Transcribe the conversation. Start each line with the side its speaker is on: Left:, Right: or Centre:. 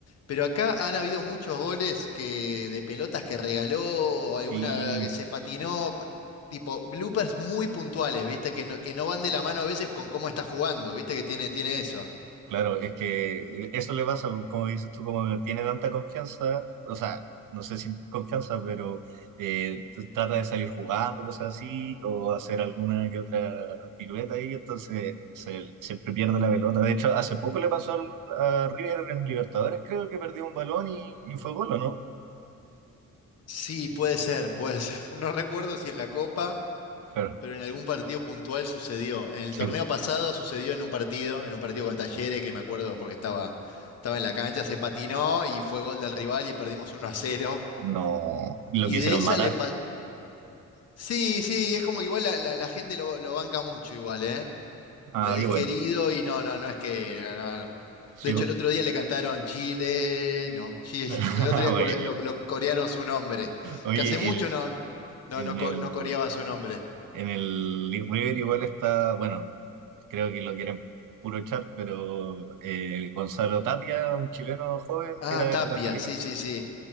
Left: pero acá han habido muchos goles que, de pelotas que regaló, alguna
Right: Sí.
Left: que se patinó, p- tipo bloopers muy puntuales, ¿viste? Que no, que no van de la mano a veces con cómo está jugando, ¿viste? Que tiene, tiene eso.
Right: Claro, es que eso le pasa, como dices tú, como no tiene tanta confianza, o sea, no sé si confianza, pero eh, t- trata de salir jugando, cosas así, o hacer alguna que otra pirueta ahí, entonces se, siempre pierde la pelota. De hecho, hace poco le pasó al- a River en Libertadores, creo que perdió un balón y, y fue gol, ¿o no?
Left: Sí, puede ser, puede ser. <laughs> No recuerdo si en la Copa.
Right: Claro,
Left: Pero en algún partido puntual sucedió. En el
Right: sí,
Left: torneo
Right: po.
Left: pasado sucedió en un partido, en un partido con Talleres, que me acuerdo porque estaba, estaba en la cancha, se patinó y fue gol del rival y perdimos uno a cero
Right: no, lo
Left: Y
Right: quisieron
Left: de esa
Right: matar.
Left: le pa- Sí, sí, es como que igual la, la- la gente lo, lo banca mucho igual, ¿eh?
Right: Ah,
Left: Le-
Right: qué
Left: Es
Right: bueno,
Left: querido y no, no, no es que... no, no. no.
Right: sí,
Left: De hecho,
Right: po.
Left: el otro día le cantaron Chile, no, Chile.
Right: <laughs>
Left: <laughs> El otro día
Right: Bueno.
Left: co- lo, lo corearon su nombre,
Right: Oye,
Left: que hace mucho
Right: el,
Left: no, no,
Right: el,
Left: no, co-
Right: el-
Left: no coreaban su nombre.
Right: En el Leaf River igual está, bueno, creo que lo quieren puro echar, pero eh, Gonzalo Tapia, un chileno joven
Left: Ah,
Right: que era de
Left: Tapia,
Right: la Católica,
Left: sí, sí, sí.